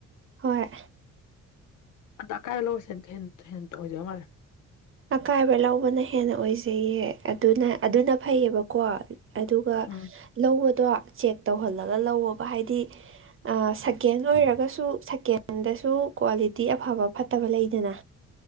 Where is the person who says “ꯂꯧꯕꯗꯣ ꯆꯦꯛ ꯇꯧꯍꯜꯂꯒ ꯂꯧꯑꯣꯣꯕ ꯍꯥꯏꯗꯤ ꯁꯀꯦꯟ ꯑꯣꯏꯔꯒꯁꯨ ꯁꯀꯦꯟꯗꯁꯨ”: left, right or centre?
Right